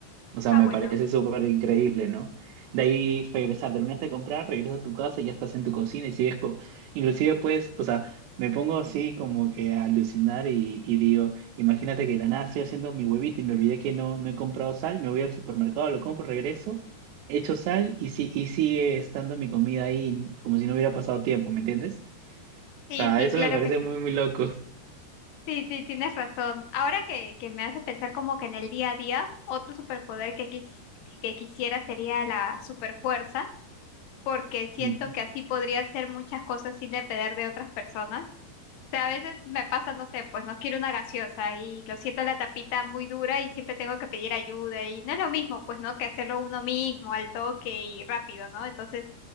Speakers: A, on the right; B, on the left.
A: O sea,
B: Ah,
A: me
B: bueno.
A: parece súper increíble, ¿no? De ahí regresar, terminaste de comprar, regresas a tu casa, y ya estás en tu cocina y sigues co Inclusive, pues, o sea, me pongo así como que a alucinar y, y digo, imagínate que de la nada estoy haciendo mi huevito y me olvidé que no, no he comprado sal, me voy al supermercado, lo compro, regreso, echo sal y, si, y sigue estando mi comida ahí como si no hubiera pasado tiempo, ¿me entiendes?
B: Sí,
A: O sea,
B: sí,
A: eso
B: claro
A: me parece
B: que sí.
A: muy, muy loco.
B: Sí, sí, tienes razón. Ahora que, que me haces pensar como que en el día a día, otro superpoder que, quis- que quisiera sería la superfuerza, porque siento
A: <laughs>
B: que así podría hacer muchas cosas sin depender de otras personas. sea, a veces me pasa, no sé, pues no quiero una gaseosa y lo siento la tapita muy dura y siempre tengo que pedir ayuda y no es lo mismo, pues, ¿no? Que hacerlo uno mismo al toque y rápido, ¿no? Entonces,